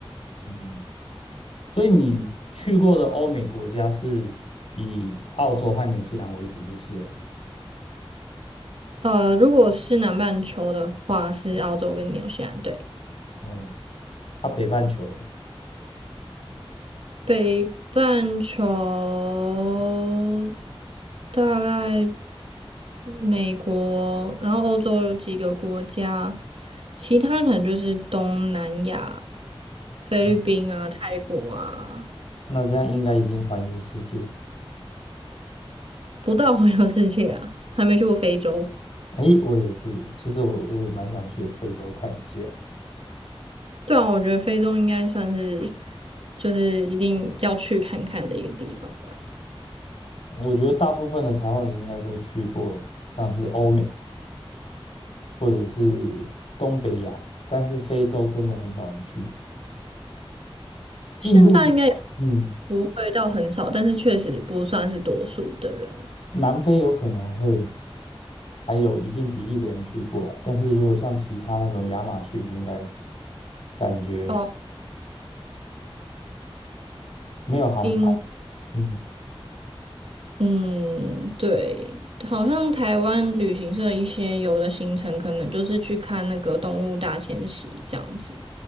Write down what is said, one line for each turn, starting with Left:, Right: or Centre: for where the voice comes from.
Left: 嗯。所以你去过的欧美国家是以澳洲和纽西兰为主就是了。
Right: 呃，如果是南半球的话，是澳洲跟纽西兰，对。
Left: 哦，它北半球嘞，
Right: 北半球大概美国，然后欧洲有几个国家，其他可能就是东南亚、菲律宾啊、
Left: 哦
Right: 泰国啊，
Left: 那这样应该已经环游世界了。
Right: 不到环游世界啊，还没去过非洲。
Left: 诶，我也是，其实我我也蛮想去非洲看一下。
Right: 对啊，我觉得非洲应该算是就是一定要去看看的一个地方吧。
Left: 我觉得大部分的台湾人应该都去过，像是欧美或者是东北亚，但是非洲真的很少人去。印度，
Right: 现在应该也
Left: 嗯，
Right: 不会到很少，但是确实不算是多数的人。
Left: 南非有可能会，还有一定比例的人去过啊但是如果像其他那种亚马逊，应该感觉
Right: 哦，
Left: 没有航班。
Right: 英
Left: 嗯
Right: 嗯，对，好像台湾旅行社一些有的行程可能就是去看那个动物大迁徙这样子